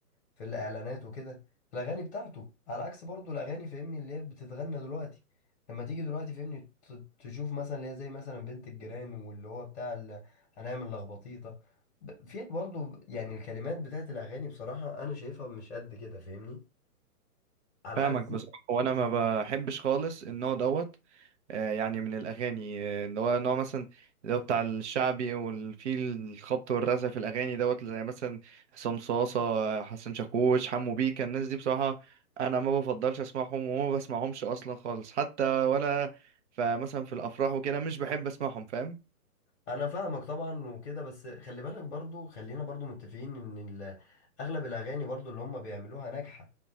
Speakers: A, on the left; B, on the right.
A: في الاعلانات وكده الاغاني بتاعته على عكس برضو الاغاني فاهمني اللي هي بتتغنى دلوقتي لما تيجي دلوقتي فاهمني ت- تشوف مثلا اللي هي زي مثلا بنت الجيران واللي هو بتاع ال- هنعمل لخبطيطه ب- فيها برضو يعني الكلمات بتاعت الاغاني بصراحه انا شايفها مش قد كده فاهمني على
B: فاهمك
A: عكس
B: بصراحة وأنا ما بحبش خالص النوع دوت آه، يعني من الأغاني آه، اللي هو نوع مثلا اللي هو بتاع الشعبي وفي الخبط والرزع في الأغاني دوت زي مثلا حسام صاصة آه، حسن شاكوش حمو بيكا الناس دي بصراحة أنا ما بفضلش أسمعهم وما بسمعهمش أصلا خالص حتى ولا فمثلا في الأفراح وكده مش بحب أسمعهم فاهم
A: انا فاهمك طبعا وكده بس خلي بالك برضو خلينا برضو متفقين ان ال- اغلب الاغاني برضو اللي هم بيعملوها ناجحه